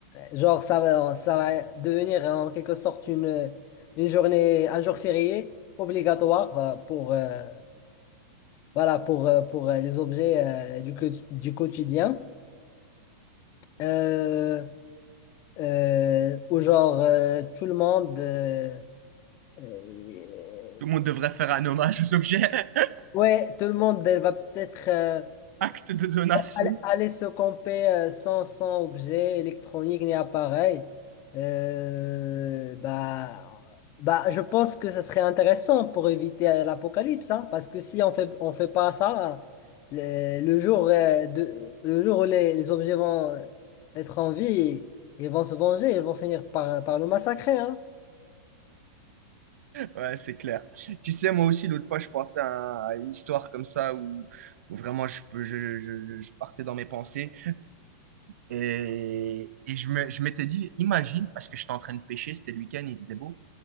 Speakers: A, on the left (about 35°); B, on the right (about 70°).
A: genre, ça va, ça va devenir en quelque sorte une, une journée, un jour férié obligatoire euh, pour, euh, voilà, pour, euh, pour euh, les objets euh, du, quot- du quotidien. Euh, euh, où genre, euh, tout le monde... euh, euh,
B: tout le monde devrait faire un hommage aux objets. <laughs>
A: ouais, tout le monde euh, va peut-être... euh,
B: Acte de donation.
A: Aller aller se camper euh, sans, sans objet électronique ni appareil, euh, bah, bah, je pense que ce serait intéressant pour éviter euh, l'apocalypse, hein, parce que si on fait, on fait pas ça, le, le jour, euh, de, le jour où les, les objets vont être en vie, ils vont se venger, ils vont finir par, par le massacrer. Hein.
B: Ouais, c'est clair. Tu sais, moi aussi, l'autre fois, je pensais à, un- à une histoire comme ça où, où vraiment je, peux- je, je, je partais dans mes pensées. Et, et je me, je m'étais dit, imagine, parce que j'étais en train de pêcher, c'était le week-end, il faisait beau.